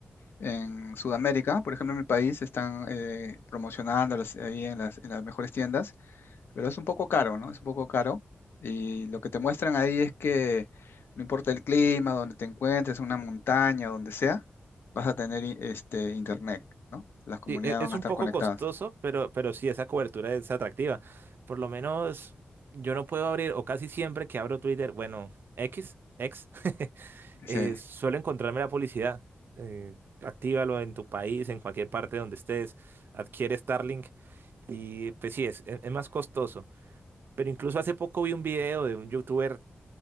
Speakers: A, on the left; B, on the right.
A: en Sudamérica. Por ejemplo, en mi país están eh, promocionándolos ahí en las, en las mejores tiendas. Pero es un poco caro, ¿no? Es un poco caro. Y lo que te muestran ahí es que no importa el clima, donde te encuentres, una montaña, donde sea, vas a tener i- este internet, ¿no? Las comunidades
B: Sí, e- es
A: van a
B: un
A: estar
B: poco
A: conectadas.
B: costoso, pero, pero sí, esa cobertura es atractiva. Por lo menos yo no puedo abrir, o casi siempre que abro Twitter, bueno, X, X, <laughs> eh,
A: Sí.
B: suelo encontrarme la publicidad. Eh, actívalo en tu país, en cualquier parte donde estés, adquiere Starlink y pues sí, es, es es más costoso. Pero incluso hace poco vi un video de un youtuber